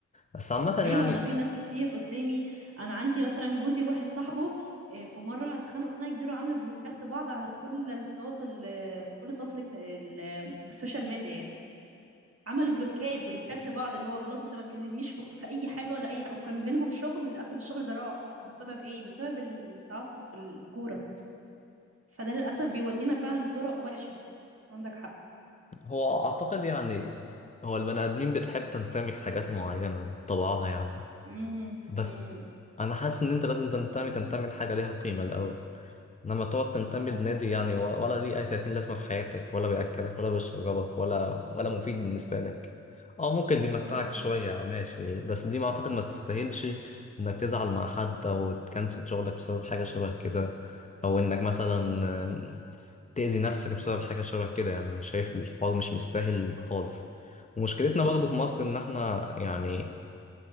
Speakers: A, on the left; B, on the right.
A: بس عامه يعني
B: ايوه انا في ناس كتير قدامي انا عندي مثلا جوزي واحد صاحبه آه، في مره اتخانقوا خناقه كبيره وعملوا بلوكات لبعض على كل التواصل آه، كل التواصل الاجت- ال- آه، السوشيال ميديا يعني عملوا بلوكات بلوكات لبعض اللي هو خلاص انت ما تكلمنيش في, في اي حاجه ولا اي حاجه وكان بينهم شغل للاسف الشغل ده راح بسبب ايه بسبب التعصب في الكوره فده للاسف بيودينا فعلا لطرق وحشه عندك حق
A: هو اعتقد يعني هو البني ادمين بتحب تنتمي لحاجات معينه بطبعها يعني
B: امم
A: بس
B: امم
A: انا حاسس ان انت لازم تنتمي تنتمي لحاجه ليها قيمه الاول انما تقعد تنتمي
B: فعلا
A: لنادي يعني و- ولا ليه اي 30 لازمه في حياتك ولا بياكلك ولا بيشربك ولا ولا مفيد بالنسبه لك اه ممكن بيمتعك
B: امم
A: شويه ماشي بس دي ما اعتقد ما تستاهلش انك تزعل مع حد او تكنسل شغلك بسبب حاجه شبه كده او انك مثلا
B: فعلا
A: آم، تأذي نفسك بسبب حاجه شبه كده يعني انا شايف الحوار مش مستاهل خالص ومشكلتنا برضه
B: امم
A: في مصر ان احنا يعني